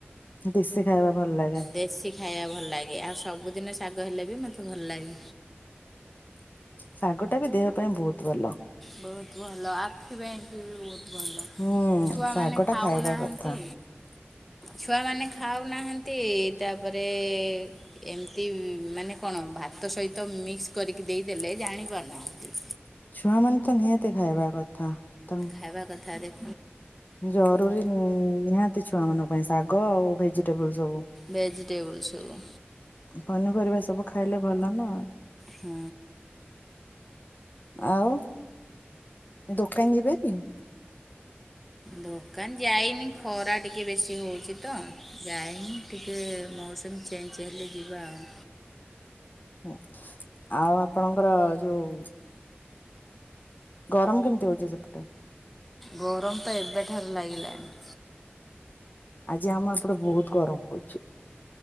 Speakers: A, on the left; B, in the centre.
A: ଦେଶୀ ଖାଇବା ଭଲ ଲାଗେ?
B: ଦେଶୀ ଖାଇବା ଭଲ ଲାଗେ ଆଉ ସବୁଦିନ ଶାଗ ହେଲେ ବି ମୋତେ ଭଲ ଲାଗେ।
A: ଶାଗ ଟା ବି ଦେହ ପାଇଁ ବହୁତ ଭଲ।
B: ବହୁତ ଭଲ ଆଖି ପାଇଁ ବି ବହୁତ ତ ଭଲ
A: ହୁଁ
B: ଛୁଆମାନେ
A: ଶାଗ ଟା
B: ଖାଉନାହାନ୍ତି।
A: ଖାଇବା କଥା
B: ଛୁଆମାନେ ଖାଉନାହାନ୍ତି ତାପରେ ଏମିତି ମାନେ କଣ ଭାତ ସହିତ ମିକ୍ସ କରିକି ଦେଇଦେଲେ ଜାଣି ପାରୁନାହାନ୍ତି।
A: ଛୁଆ ମାନେ ତ ନିହାତି ଖାଇବା କଥା। ତାଙ୍କ୍
B: ଖାଇବା କଥା ତ।
A: ଜରୁରୀ ନିହାତି ଛୁଆମାନଙ୍କ ପାଇଁ ଶାଗ ଆଉ ଭେଜିଟେବଲ ସବୁ।
B: ଭେଜିଟେବଲ ସବୁ।
A: ପନିପରିବା ସବୁ ଖାଇଲେ ଭଲ ନା ଆ।
B: ହଁ।
A: ଆଉ ଦୋକାନ ଯିବେନି?
B: ଦୋକାନ ଯାଇନି ଖରା ଟିକେ ବେଶୀ ହଉଛି ତ ଯାଇନି ଟିକେ ମୌସମ ଚେଞ୍ଜ ହେଲେ ଯିବା ଆଉ।
A: ହୁଁ ଆଉ ଆପଣଙ୍କର ଯୋଉ ଗରମ କେମିତି ହଉଛି ସେପଟେ?
B: ଗରମ ତ ଏବେଠାରୁ ଲାଗିଲାଣି।
A: ଆଜି ଆମର ଏପଟେ ବହୁତ ଗରମ ହଉଛି।